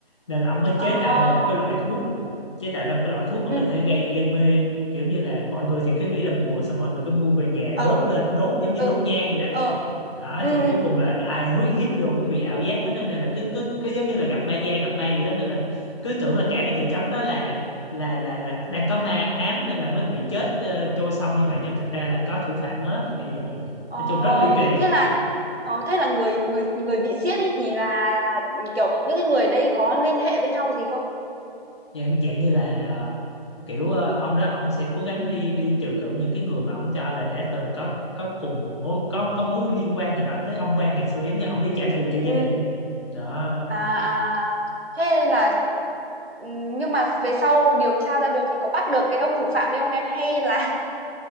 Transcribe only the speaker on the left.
nên là ổng mới
chế tạo ra một cái loại thuốc chế tạo ra một cái loại thuốc mà
có thể gây gây mê kiểu như là mọi người thì cứ nghĩ là bùa xong mọi người cứ mua về nhà
đốt lên đốt giống như
đốt nhang vậy đó
đó
nhưng mà
cuối cùng là ai húi hít vô cũng bị ảo giác hết á. nên là cứ cứ cứ giống như là gặp ma da gặp ma vậy đó nên là cứ tưởng là cả cái thị trấn đó là là là là đang có ma ám nên là mới bị chết ờ, trôi sông như vậy nhưng mà thực ra là có thủ phạm hết kiểu vậy
nói chung rất ly kỳ
dạng dạng như là ờ, kiểu ờ, ông đó ông sẽ cố gắng đi đi trừ khử những cái người mà ông cho là đã từng có có cùng mối có có mối liên quan gì đó tới ông quan ngày xưa giống như ông đi trả thù cho gia
đình ấy đó